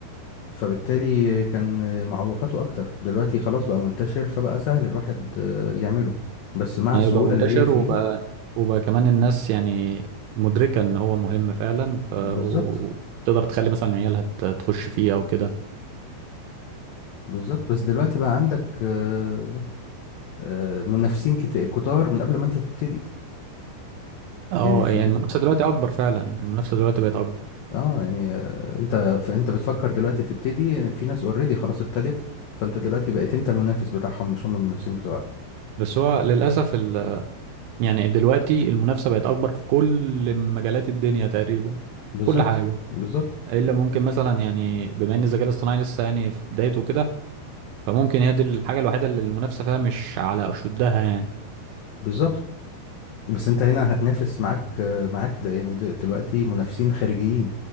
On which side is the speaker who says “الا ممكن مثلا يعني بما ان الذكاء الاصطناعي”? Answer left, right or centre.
Right